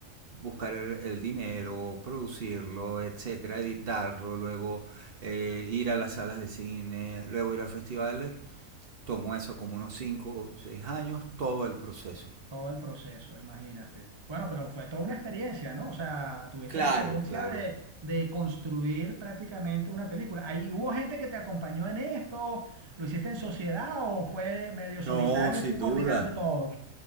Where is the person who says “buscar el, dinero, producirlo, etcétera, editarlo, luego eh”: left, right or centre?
Right